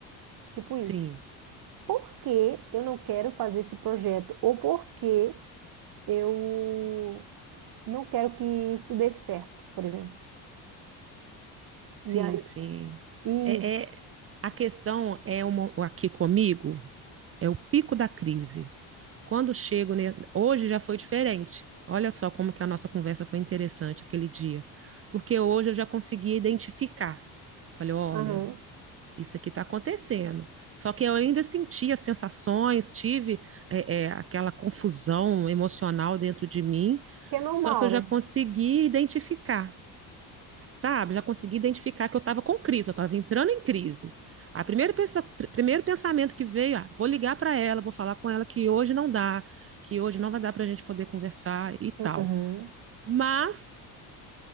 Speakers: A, on the right; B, on the right.
A: Tipo
B: Sim.
A: isso. Por que eu não quero fazer esse projeto? Ou por que eu não quero que isso dê certo, por exemplo.
B: Sim,
A: E aí,
B: sim.
A: isso.
B: É, é- a questão é uma, aqui comigo é o pico da crise. Quando chego, ne- hoje já foi diferente. Olha só como que a nossa conversa foi interessante aquele dia, porque hoje eu já conseguia identificar. Falei, olha,
A: aham.
B: isso aqui está acontecendo. Só que eu ainda sentia as sensações, tive é, é, aquela confusão emocional dentro de mim,
A: Que é normal,
B: só que eu
A: né?
B: já consegui identificar sabe? Já consegui identificar que eu estava com crise, eu estava entrando em crise. A primeiro, pensa, primeiro pensamento que veio, ah, vou ligar para ela, vou falar com ela que hoje não dá, que hoje não vai dar para a gente poder conversar e tal.
A: Uhum.
B: Mas,